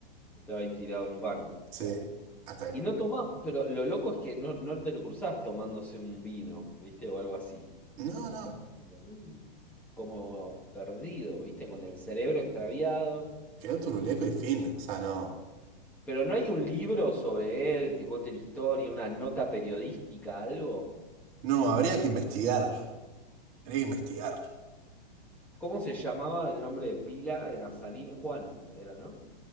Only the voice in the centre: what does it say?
Estaba ahí tirado en un banco,
claro.
Y
no toma, pero lo loco es que no, no te lo cruzás tomándose un vino, ¿viste? O algo así.
Un
tipo ahí como perdido, ¿viste? Con el cerebro extraviado.
Pero no hay un libro sobre él que cuente la historia, una nota periodística, algo.
¿Cómo se llamaba el nombre de pila? Era Salina. Juan, era, ¿no?